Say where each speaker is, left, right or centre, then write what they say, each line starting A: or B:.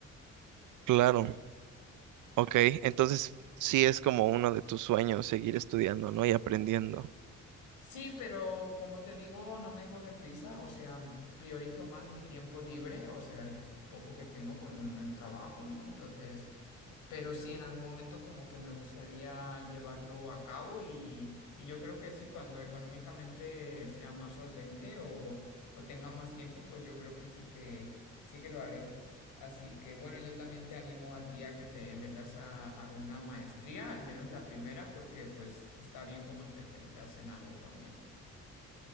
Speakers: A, on the right (about 80°); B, on the left (about 85°).
A: Claro, ok, entonces sí es como uno de tus sueños seguir estudiando, ¿no? Y aprendiendo.
B: Sí, pero como te digo, no me corre prisa, o sea, priorizo más mi tiempo libre, o sea, el poco que tengo con el trabajo, ¿no? Entonces... Pero sí, en algún momento como que me gustaría llevarlo a cabo y, y yo creo que sí, cuando económicamente sea más solvente o, o tenga más tiempo, pues yo creo que sí que sí que lo haré. Así que bueno, yo también te animo a ti a que te metas a alguna maestría, al menos la primera, porque pues está bien como especializarse en algo también.